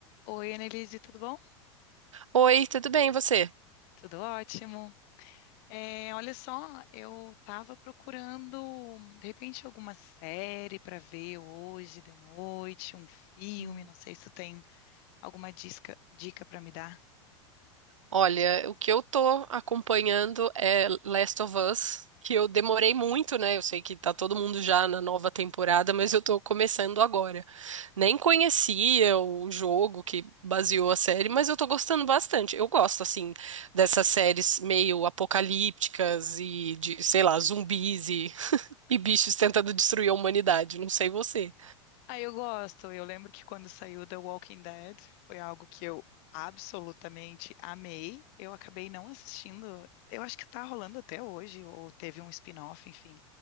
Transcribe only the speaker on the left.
Oi, Annelise, tudo bom?
Tudo ótimo. É, olha só, eu tava procurando, de repente, alguma série para ver hoje de noite, um filme,
não sei se tu tem alguma disca, dica para me dar.
Ah, eu gosto. Eu lembro que quando saiu The Walking Dead, foi algo que eu absolutamente amei. Eu acabei não assistindo. Eu acho que tá rolando até hoje, ou teve um spin-off, enfim.